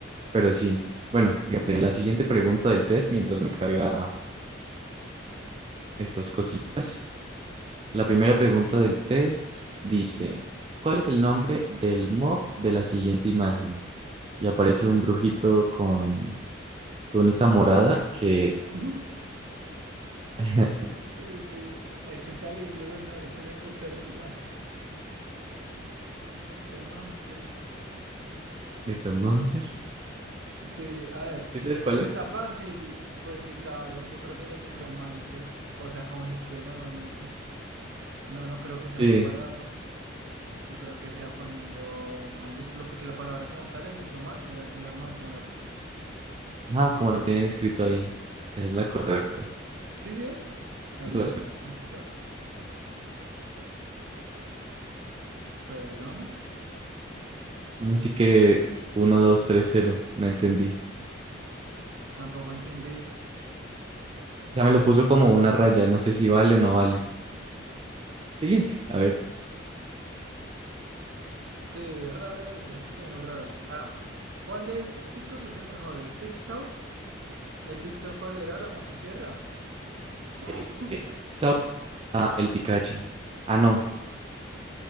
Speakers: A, on the right; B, on the right.
A: Pero sí, bueno, fíjate, la siguiente pregunta del test mientras me carga estas cositas. La primera pregunta del test dice, ¿cuál es el nombre del mob de la siguiente imagen? Y aparece un brujito con túnica morada que...
B: <laughs>
A: <laughs>
B: Sí, sí, sí. Es que está leyendo los nombres y me causó risa. <laughs> El necromancer.
A: ¿Necromancer?
B: Sí, a ver,
A: ¿Sí sabes cuál
B: pues
A: es?
B: está fácil, pues sí, claro, yo creo que es el necromancer, o sea, como se escribe normalmente. No, no creo que sea
A: Sí.
B: separado, no creo que sea poniendo mayúscula, porque la palabra como tal es necromancer, así normal, como la,
A: Ah, como
B: como
A: lo
B: lo...
A: tienen escrito ahí. Esa es la correcta.
B: Sí, sí es, ahí
A: Entonces,
B: le doy, contestar, perdona,
A: pues, así que uno dos tres cero, No entendí.
B: tampoco entendí.
A: O sea, me lo puso como una raya. No sé si vale o no vale. Siguiente. A ver.
B: Sí, raro eso, eso estuvo muy raro. Ahora, ¿cuál de estos picos es el mejor? ¿El pixau? ¿El pixau cuál era? ¿La motosierra? <laughs>
A: Eh, Esta ah, el Picacha. Ah, no.